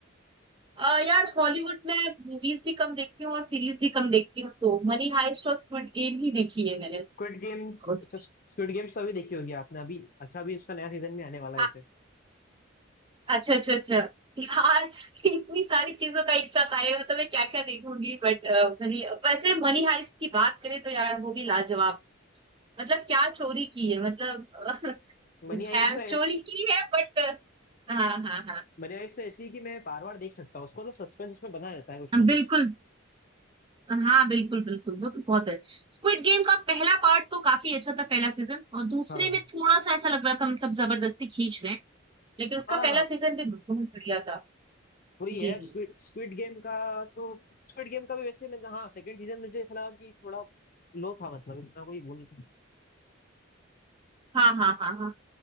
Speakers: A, on the right; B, on the left.
A: आ, यार हॉलीवुड में मूवीज भी कम देखती हूँ और सीरीज भी कम देखती हूँ तो मनी हाइस्ट और स्क्विड गेम ही देखी है मैंने
B: स्क्विड गेम्स
A: उसकी
B: अच्छा स्क्विड गेम्स तो अभी देखी होगी आपने अभी अच्छा अभी उसका नया सीजन भी आने वाला है
A: आ-
B: वैसे
A: अच्छा अच्छा अच्छा यार <laughs> इतनी सारी चीजों का एक साथ आएगा तो मैं क्या क्या देखूंगी बट मनी वैसे मनी हाइस्ट की बात करें तो यार वो भी लाजवाब मतलब क्या चोरी की है मतलब <laughs>
B: मनी हाइस्ट
A: खैर
B: तो
A: चोरी
B: ऐस
A: की है बट हाँ हाँ हाँ
B: मनी हाइस्ट तो ऐसी है कि मैं बार बार देख सकता हूँ उसको मतलब सस्पेंस उसमें बना रहता है कुछ ना कुछ
A: बिल्कुल हाँ बिल्कुल बिल्कुल वो तो बहुत है स्क्विड गेम का पहला पार्ट तो काफी अच्छा था पहला सीजन और दूसरे
B: हाँ
A: में थोड़ा सा ऐसा लग रहा था मतलब जबरदस्ती खींच रहे हैं लेकिन
B: हाँ
A: उसका पहला सीजन भी बहुत बढ़िया था
B: वही
A: जी
B: है स्क्विड
A: जी
B: स्क्विड गेम का तो स्क्विड गेम का भी वैसे मैं हाँ सेकंड सीजन मुझे ऐसा लगा कि थोड़ा लो था मतलब इतना कोई वो नहीं था
A: हाँ हाँ हाँ हाँ